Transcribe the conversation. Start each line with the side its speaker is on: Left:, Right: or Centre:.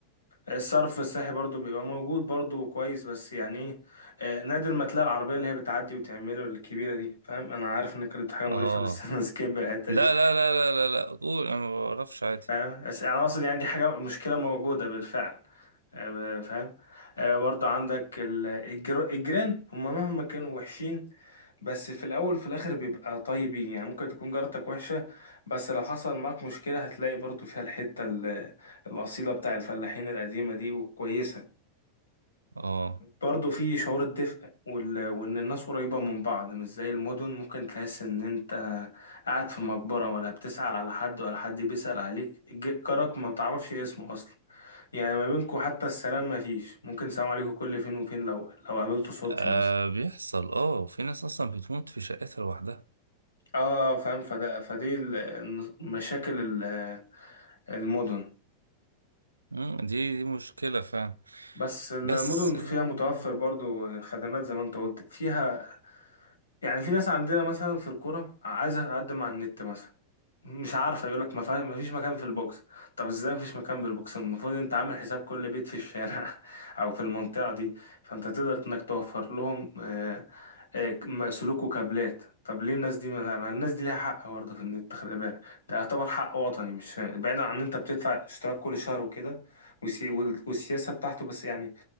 Left: الصرف الصحي برضو بيبقى موجود برضو كويس بس يعني ايه آه، نادر ما تلاقي العربية اللي هي بتعدي وتعمله الكبيرة دي فاهم انا عارف انك قلت حاجة مقرفة
Right: اه
Left: بس <laughs> انا سكيب الحتة
Right: لا
Left: دي
Right: لا لا لا لا لا قول انا ما بعرفش عادي
Left: فاهم بس انا اقصد يعني دي حاجة مشكلة موجودة بالفعل آه، ب- فاهم آه، برضو عندك ال- الجر- الجيران هم مهما كانوا وحشين بس في الاول وفي الاخر بيبقى طيبين يعني ممكن تكون جارتك وحشة بس لو حصل معاك مشكلة هتلاقي برضو فيها الحتة ال- الأصيلة بتاع الفلاحين القديمة دي وكويسة
Right: اه
Left: برضه في شعور الدفء وال... وإن الناس قريبة من بعض مش زي المدن ممكن تحس إن أنت قاعد في مقبرة ولا بتسأل على حد ولا حد بيسأل عليك ج- جارك ما بتعرفش اسمه أصلا يعني ما بينكوا حتى السلام ما فيش ممكن سلام عليكم كل فين وفين لو لو قابلته صدفة
Right: آه،
Left: مثلا
Right: بيحصل اه وفي ناس اصلا بتموت في شقتها لوحدها
Left: اه فاهم فده فدي ال- الن- مشاكل ال- المدن
Right: مم، دي دي مشكلة فعلا
Left: بس المدن
Right: بس
Left: فيها
Right: آه
Left: متوفر برضو خدمات زي ما انت قلت فيها يعني في ناس عندنا مثلا في القرى عايزة تقدم على النت مثلا مش عارفه يقول لك ما فا- ما فيش مكان في البوكس طب ازاي ما فيش مكان في البوكس المفروض انت عامل حساب كل بيت في الشارع <laughs> او في المنطقه دي فانت تقدر انك توفر لهم آه، آه، م- سلوك وكابلات طب ليه الناس دي ما ما الناس دي ليها حق برضه في النت خلي بالك ده يعتبر حق وطني مش بعيدا عن ان انت بتدفع اشتراك كل شهر وكده والسي- وال- والسياسه بتاعته بس يعني